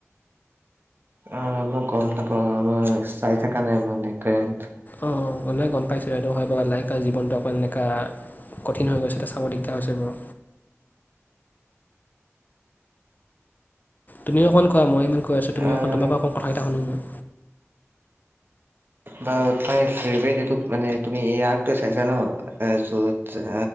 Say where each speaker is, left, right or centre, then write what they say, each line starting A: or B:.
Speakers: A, on the right (about 45°); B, on the left (about 35°).
A: অ', মই গ'ম নাপওঁ। চাই থকা নাই মানে কাৰেণ্ট
B: অ', কোনোবাই গম পাইছো, সহটো হয় ব লাইক জীৱনটো অকৌ এনেকুৱা কঠিন হৈ গৈছে। এটা চাব দিগদাৰ হৈছে বাৰু তুমি অকণ কোৱা মই ইমান কৈ আছো। তুমি
A: আহ,
B: অকণ তোমাৰপৰা অকণ কথাটাগিতা শুনো মই
A: বাৰু ফেভট এই মানে তুমি এই আ চাইছা ন যত